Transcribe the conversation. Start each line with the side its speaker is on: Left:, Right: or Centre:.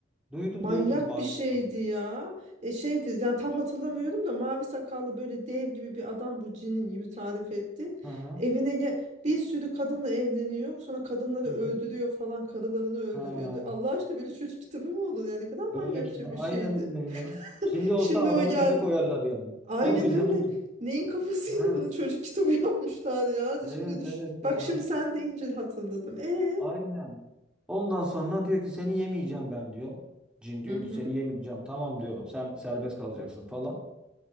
Centre: Duydum
Right: Manyak
Centre: duydum mavi
Right: bir şeydi
Centre: sakal.
Right: ya. E şeydi yani tam hatırlamıyorum da mavi sakallı böyle dev gibi bir adam bu cinin gibi tarif etti.
Centre: Hı hı.
Right: Evine ge- bir sürü kadınla evleniyor. Sonra kadınları
Centre: Hı
Right: öldürüyor
Centre: hı.
Right: falan karılarını öldürüyordu.
Centre: Ha,
Right: Allah aşkına böyle çocuk kitabı mı olur ya ne kadar
Centre: Böyle
Right: manyakça
Centre: ki
Right: bir şeydi.
Centre: aynen öyle ya.
Right: <laughs>
Centre: Şimdi olsa
Right: Şimdi
Centre: adamı
Right: o geldi.
Centre: tepe koyarlar yani. <laughs>
Right: Aynen
Centre: Ne yapıyor
Right: öyle.
Centre: canım?
Right: Neyin kafasıyla
Centre: Evet.
Right: bunu çocuk kitabı <laughs> yapmışlar ya.
Centre: Evet
Right: Şimdi düş.
Centre: evet ya.
Right: Bak şimdi sen deyince hatırladım. E.
Centre: Aynen. Ondan sonra diyor ki seni yemeyeceğim ben diyor. Cin diyor
Right: Hı hı.
Centre: ki seni yemeyeceğim. Tamam diyor. Sen serbest kalacaksın falan.